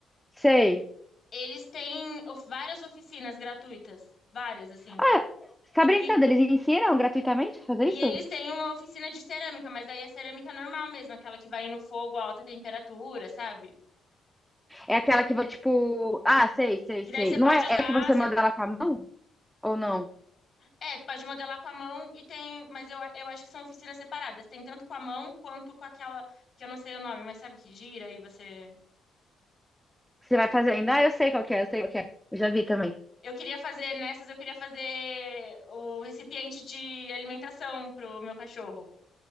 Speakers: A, in the centre; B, on the left (about 45°).
A: Sei.
B: Eles têm of- várias oficinas gratuitas, várias, assim.
A: Ah, você tá brincando?
B: E,
A: Eles ensinam gratuitamente a fazer isso?
B: e eles têm uma oficina de cerâmica, mas daí é cerâmica normal mesmo, aquela que vai no fogo a alta temperatura, sabe?
A: É aquela que, vai, tipo... Ah, sei, sei,
B: Que
A: sei.
B: daí você pode
A: Não é,
B: usar,
A: é que você
B: você,
A: manda ela com a mão? Ou não?
B: é, pode modelar com a mão e tem, mas eu, a- eu acho que são oficinas separadas. Tem tanto com a mão quanto com aquela, que eu não sei o nome, mas sabe que gira e você.
A: Você vai fazer ainda? Ah, eu sei qual que é, eu sei qual que é. Eu já vi também.
B: Eu queria fazer nessas, eu queria fazer o recipiente de alimentação pro meu cachorro.